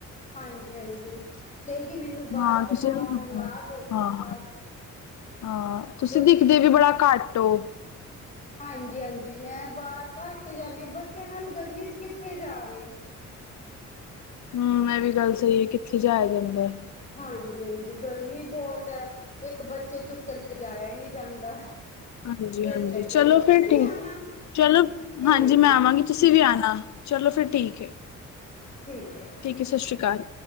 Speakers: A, on the left; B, on the left.
A: ਹਾਂਜੀ- ਹਾਂਜੀ। ਕਏ ਗੀ ਮੈਨੂੰ ਬਾਹਰ
B: ਹਾਂ ਤੁਸੀਂ
A: ਘੁਮਾ
B: ਹਾਂ
A: ਔ ਮੈਨੂੰ ਆਹ ਦੇ ਦੋ
B: ਹਾਂ
A: ਬਸ
B: ਹਾਂ, ਤੁਸੀਂ
A: ਕੁਛ
B: ਦਿਖਦੇ ਵੀ ਬੜਾ ਘੱਟ ਔ।
A: ਹਾਂਜੀ -ਹਾਂਜੀ ਮੈਂ ਬਾਹਰ ਘੱਟ ਹੀ ਜਾਂਦੀ ਆ ਬੱਚਿਆਂ ਨਾਲ ਗਰਮੀ ਚ ਕਿੱਥੇ ਜਾਵੇ।
B: ਹਮ ਇਹ ਵੀ ਗੱਲ ਸਹੀ ਹੈ ਕਿੱਥੇ ਜਾਇਆ ਜਾਂਦਾ ਐ।
A: ਹਾਂਜੀ -ਹਾਂਜੀ ਗਰਮੀ ਬੋਤ ਐ। ਇੱਕ ਬੱਚੇ ਚੁੱਕ ਲਿਜਾਇਆ ਹੀ ਨਹੀਂ ਜਾਂਦਾ।
B: ਹਾਂਜੀ- ਹਾਂਜੀ
A: ਇਸ ਕਰਕੇ
B: ਚਲੋ ਫਿਰ
A: ਤੁਸੀਂ
B: ਠੀਕ
A: ਆਣਾ
B: ਐ। ਚਲੋ
A: ਠੀਕ
B: ਹਾਂਜੀ ਮੈਂ
A: ਹੈ
B: ਆਵਾਂਗੀ, ਤੁਸੀਂ ਵੀ ਆਨਾ ਚਲੋ ਫਿਰ ਠੀਕ ਏ।
A: ਠੀਕ ਹੈ।
B: ਠੀਕ ਸਸ਼੍ਰੀ ਕਾਲ।